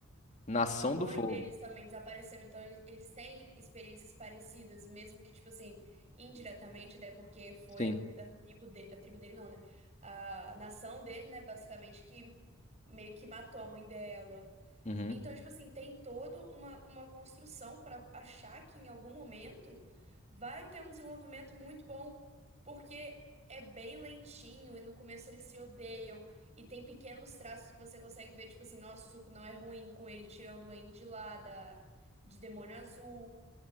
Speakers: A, on the left (about 35°); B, on the right (about 30°).
A: Nação
B: A mãe
A: do Fogo.
B: deles também desapareceu, então eles eles têm experiências parecidas, mesmo que, tipo assim, indiretamente, até porque foi
A: Sim.
B: a, a tribo de, a tribo dele não, né? A nação dele, né, basicamente, que meio que matou a mãe dela.
A: Uhum.
B: Então, tipo assim, tem toda uma, uma construção para achar que em algum momento vai ter um desenvolvimento muito bom, porque é bem lentinho e no começo eles se odeiam e tem pequenos traços que você consegue ver, tipo assim, nossa, o Zuko não é ruim com ele tirando o Aang de lá da, de Demônio Azul.